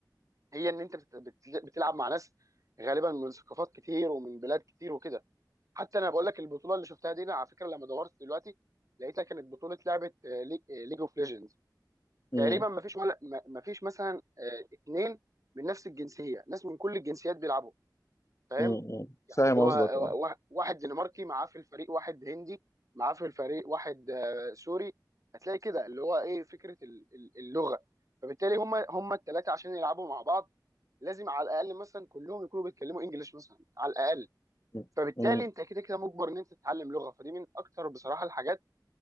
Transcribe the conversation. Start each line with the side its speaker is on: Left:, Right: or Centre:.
Right: هي ان انت بت- بت- بتلعب مع ناس غالبا من ثقافات كتير ومن بلاد كتير وكده حتى انا بقول لك البطوله اللي شفتها دي انا على فكره لما دورت دلوقتي لقيتها كانت بطوله لعبه ليج اوف ليجندز
Left: مم.
Right: تقريبا ما فيش ولا ما فيش مثلا آه، اتنين من نفس الجنسيه ناس من كل الجنسيات بيلعبوا فاهم
Left: مم.
Right: يعني
Left: فاهم
Right: اللي
Left: قصدك
Right: هو
Left: اه
Right: وا- واحد دنماركي معاه في الفريق واحد هندي معاه في الفريق واحد آه، سوري هتلاقي كده اللي هو ايه فكره ال- ال- اللغه فبالتالي هم هم الثلاثه عشان يلعبوا مع بعض لازم على الاقل مثلا كلهم يكونوا بيتكلموا انجليش مثلا على الاقل
Left: مم.
Right: فبالتالي
Left: مم.
Right: انت كده كده مجبر ان انت تتعلم لغه فدي من اكتر بصراحه الحاجات